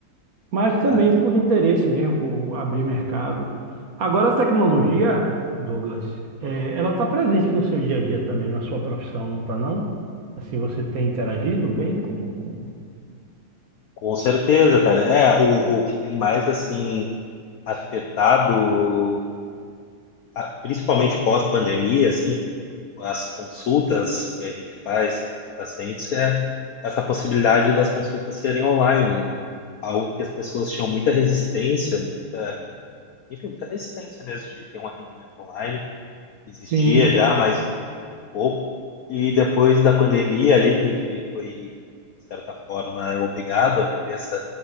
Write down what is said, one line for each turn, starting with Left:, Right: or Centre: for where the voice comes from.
Right: Mas também
Left: né?
Right: por interesse mesmo, por abrir mercado. Agora, a tecnologia, Douglas, eh, ela está presente no seu dia a dia também, na sua profissão, não está, não? Assim, você tem interagido bem com, com...
Left: Com certeza, cara. É, o, o que tem mais, assim, afetado a- principalmente pós-pandemia, assim, as consultas que a gente faz com os pacientes é essa possibilidade das consultas serem online, né? Algo que as pessoas tinham muita resistência, muita, enfim, muita resistência mesmo de ter um atendimento online. Existia
Right: Sim,
Left: já, mas muito pouco. E depois da pandemia ali, que a gente foi, de certa forma, obrigado a viver essa,